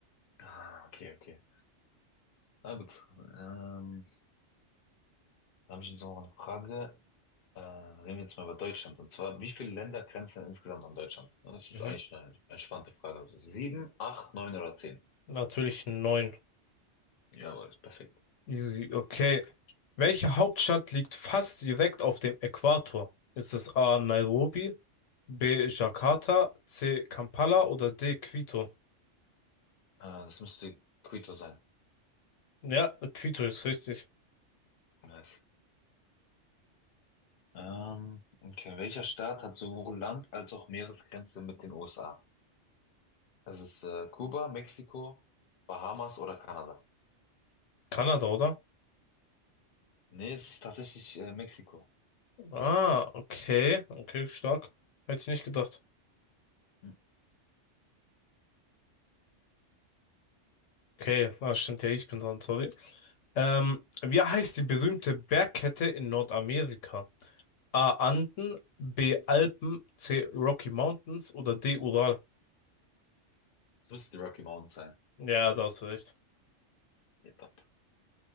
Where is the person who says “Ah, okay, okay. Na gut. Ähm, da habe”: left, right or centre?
Left